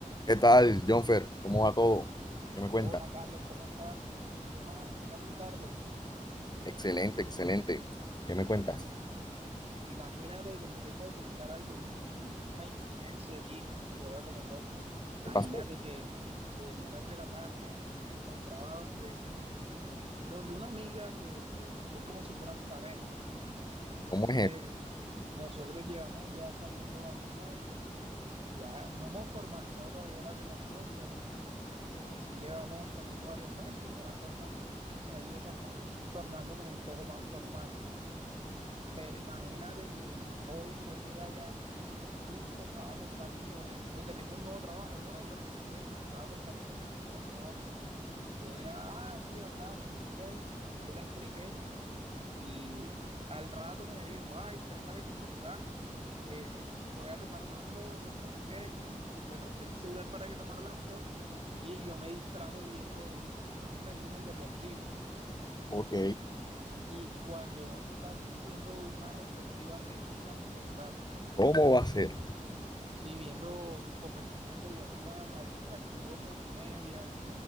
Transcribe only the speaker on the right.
Hola Carlos, ¿cómo estás? ¿Qué más? ¿Qué tal tu tarde?
Imagínate que te tengo que contar algo, un- una infidencia aquí que voy a cometer.
Imagínate
que en horas de la tarde me encontraba donde, donde una amiga que, que- que es como si fuera mi pareja. Entonces,
nosotros llevamos ya saliendo varios meses, ya no hemos formalizado todavía la relación, pero eh, sí llevamos saliendo varios meses y ya la cosa se ha ido tornando, tornando como un poco más formal. Pero imagínate que hoy yo llegué allá y le estaba contando sobre, o que tengo un nuevo trabajo, luego hablaremos de eso, le estaba contando sobre mi nuevo trabajo. Y ella, ah, sí, hablamos, no sé qué. Yo le expliqué y al rato me dijo, ay, préstame tu celular, eh, voy a tomar unas fotos, no sé qué. Le presté mi celular para que tomara las fotos y yo me distraje viendo un resumen deportivo.
Y cuando veo que está haciendo una respectiva requisa a mi celular,
Sí, viendo conversaciones de WhatsApp, arch- archivos multimedia.